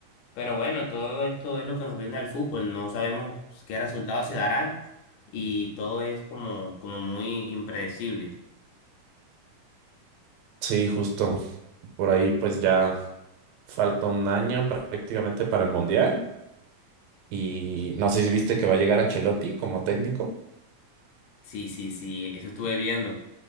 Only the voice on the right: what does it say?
Sí, justo. Por ahí pues ya falta un año prácticamente para el Mundial. Y no sé si viste que va a llegar Ancelotti como técnico.